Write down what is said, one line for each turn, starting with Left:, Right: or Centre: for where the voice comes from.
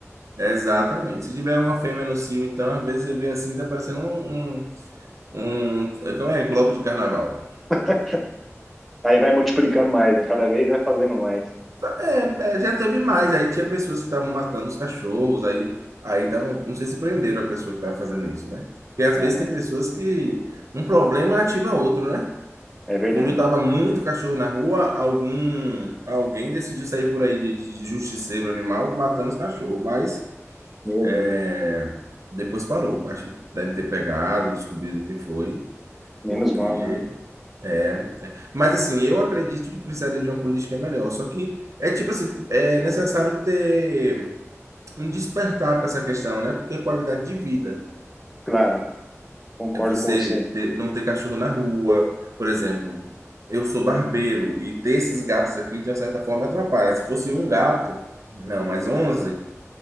Right: É, Exatamente. Se tiver uma fêmea no cio, então, às vezes você vê assim, tá parecendo um, um, um- como é? Bloco de carnaval.
Centre: <laughs> Aí vai multiplicando mais, né? Cada vez vai fazendo mais.
Right: É, é, já teve mais. Aí tinha pessoas que estavam matando os cachorros, aí, aí tava, não sei se prenderam a pessoa que estava fazendo isso, né? Porque às
Centre: Ah,
Right: vezes
Centre: É,
Right: tem pessoas que um problema ativa outro, né?
Centre: é verdade.
Right: Quando tava muito cachorro na rua, algum alguém decidiu sair por aí de, de justiceiro animal matando os cachorros, mas
Centre: Meu
Right: é,
Centre: Deus.
Right: depois parou. Acho que deve ter pegado, descobrido quem foi,
Centre: Menos
Right: porque
Centre: mal, né?
Right: é, né? Mas assim, eu acredito que precisaria de uma política melhor. Só que é tipo assim, é necessário ter um despertar para essa questão, né? Porque qualidade de vida
Centre: Claro. Concordo
Right: é você
Centre: com você.
Right: ter- não ter cachorro na rua, por exemplo. Eu sou barbeiro e ter esses gatos aqui de uma certa forma me atrapalha. Se fosse um gato, não, mas 11